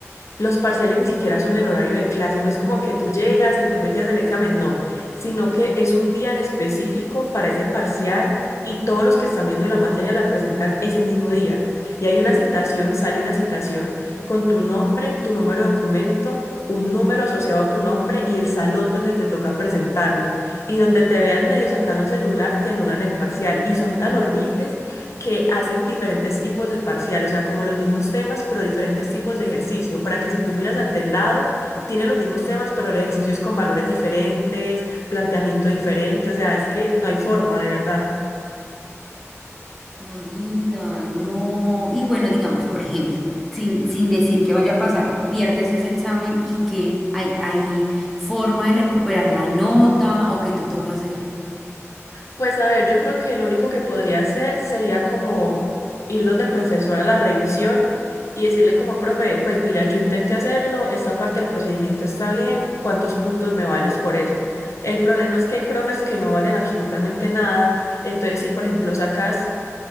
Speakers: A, on the left; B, in the centre.
A: Los parciales ni siquiera son en horario de clase, no es como que tú llegas y el profe te hace el examen, no, sino que es un día en específico para ese parcial y todos los que están viendo la materia la presentan ese mismo día. Y hay una citación, sale una citación con tu nombre, tu número de documento, un número asociado a tu nombre y el salón donde te toca presentarlo. Y donde te vean medio sacando el celular, te anulan el parcial. Y son tan horribles que hacen diferentes tipos de parcial, o sea, como los mismos temas, pero diferentes tipos de ejercicio, para que si tú miras al del lado, tiene los mismos temas, pero el ejercicio es con valores diferentes, planteamiento diferente, o sea, es que no hay forma, de verdad.
B: No digas, no. Y bueno, digamos, por ejemplo, sin, sin decir que vaya a pasar, pierdes ese examen y que hay, hay forma de recuperar la nota o que te toca hacer.
A: Pues a ver, yo creo que lo único que podría hacer sería como ir donde el profesor a la revisión y decirle como, profe, pues mira, yo intenté hacerlo, esta parte del procedimiento está bien, ¿cuántos puntos me vales por eso? El problema es que hay profes que no valen absolutamente nada, entonces si por ejemplo sacas